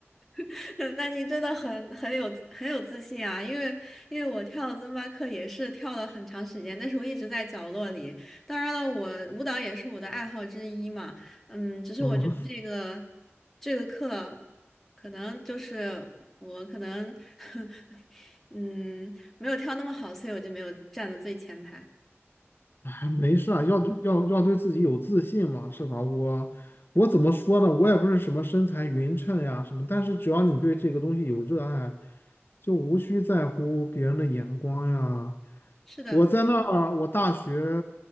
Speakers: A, in the centre; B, on the left.
A: <laughs> 那你真的很很有很有自信啊！因为因为我跳尊巴课也是跳了很长时间，但是我一直在角落里。当然了，我舞蹈也是我的爱好之一嘛。嗯，只是我觉得这个
B: 嗯，
A: 这个课可能就是我可能 <laughs> 嗯没有跳那么好，所以我就没有站在最前排。
B: 哎没事啊，要对要要对自己有自信嘛，是吧？我我怎么说呢？我也不是什么身材匀称呀什么，但是只要你对这个东西有热爱，就无需在乎别人的眼光呀。
A: 是的。
B: 我在那儿，我大学